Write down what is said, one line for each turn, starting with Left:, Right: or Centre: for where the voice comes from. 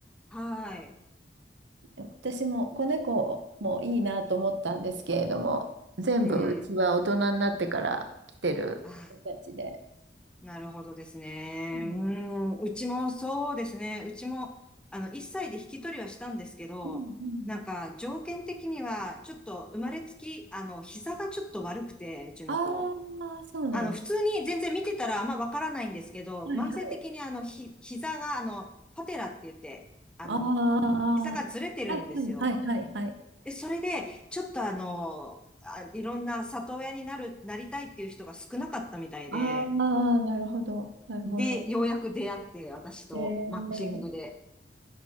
Centre: はい。
Right: 私も子猫もいいなと思ったんですけれども、全部うちは大人になってから来てる子たちで。
Centre: うん。ああ。なるほどですね。
Right: うん
Centre: うーん、うちもそうですね。うちも、あの、1歳で引き取りはしたんですけど、
Right: うんうん
Centre: なんか、条件的には、ちょっと、生まれつき、あの、膝がちょっと悪くて、うちの子。
Right: ああ、そうなんだ。
Centre: あの、普通に全然見てたらあんまわからないんですけど、
Right: はいはい
Centre: 慢性的にあの、ひ、膝が、あの、パテラって言って、あの、
Right: ああ、
Centre: 膝がずれてるんですよ。
Right: はいはいはいはいはい。
Centre: で、それで、ちょっとあの、あ、いろんな里親になる、なりたいっていう人が少なかったみたいで、
Right: ああ、なるほど、なるほど。
Centre: で、ようやく出会って、私とマッチングで。
Right: えー、